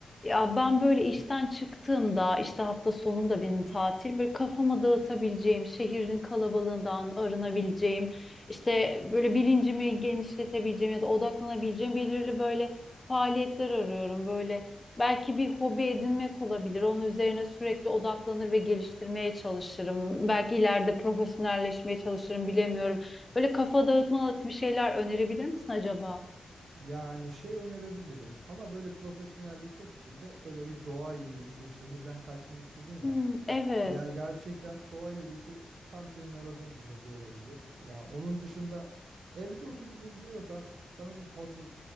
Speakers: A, on the left; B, on the right.
A: Ya ben böyle işten çıktığımda işte hafta sonum da benim tatil böyle kafama dağıtabileceğim, şehrin kalabalığından arınabileceğim, işte böyle bilincimi genişletebileceğim ya da odaklanabileceğim belirli böyle faaliyetler arıyorum. Böyle belki bir hobi edinmek olabilir. Onun üzerine sürekli odaklanır ve geliştirmeye çalışırım. Belki ileride profesyonelleşmeye çalışırım bilemiyorum. Böyle kafa dağıtmalık bir şeyler önerebilir misin acaba?
B: Yani şey önerebilirim ama böyle profesyonellik yok işinde. Böyle bir doğa yürüyüşü, şehirden kaçma istedin ya.
A: Hmm, evet.
B: Ya gerçekten doğa yürüyüşü tam senin aradığın bir hobi olabilir. Ya onun dışında evde otururum diyorsan sana bir puzzle